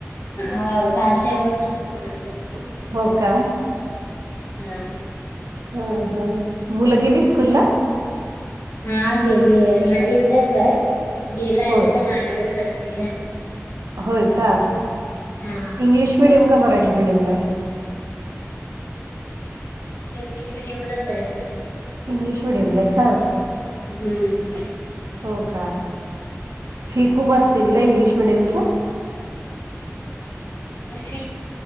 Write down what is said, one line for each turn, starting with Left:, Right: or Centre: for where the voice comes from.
Left: हा भाषेवरूनच समजलं.
Right: हो का.
Left: हम्.
Right: अ मुलं गेली स्कूलला.
Left: हा गेली ना एकटाच आहे गेलाय
Right: हो
Left: तर त्या लागायला स.
Right: होय का
Left: हा
Right: इंग्लिश मिडियम का मराठी मिडियम ला.
Left: इंग्लिश मिीडयमच आहेय.
Right: इंग्लिश मिडियमला आहे का.
Left: हम्म.
Right: हो का फी खूप असतील ना इंग्लिश मिडियमच्या.
Left: अशी.